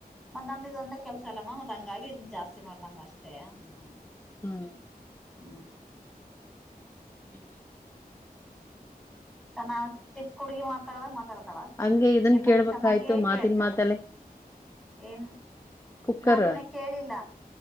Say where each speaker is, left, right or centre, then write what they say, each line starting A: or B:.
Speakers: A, in the centre; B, on the left.
A: ಮತ್ ನಮ್ದ ಇದೊಂದೇ ಕೆಲ್ಸ ಅಲ್ಲಮ್ಮ ಮತ್ ಹಂಗಾಗಿ ಇದನ್ ಜಾಸ್ತಿ ಮಾಡ್ದಂಗ ಅಷ್ಟೇ ಅಂದ ನಾ
B: ಹ್ಮ್
A: ಹ್ಮ್
B: ಹ
A: ಚನ್ನಾ ಚಿಕ್ಕ ಹುಡ್ಗಿ ಮಾತಾಡದಾಗ ಮಾತಾಡ್ತಾಳ
B: ಹಂಗೆ ಇದನ್
A: ಎಲ್ಲ
B: ಕೇಳ್ಬೇಕಾಯ್ತು
A: ಚೆನ್ನಾಗಿಯ
B: ಮಾತಿನ
A: ಕೇಳ್ತಾಳೆ
B: ಮಾತಲ್ಲೇ
A: ಏನ
B: ಕುಕ್ಕರ್
A: ನಾನಿನ ಕೇಳಿಲ್ಲ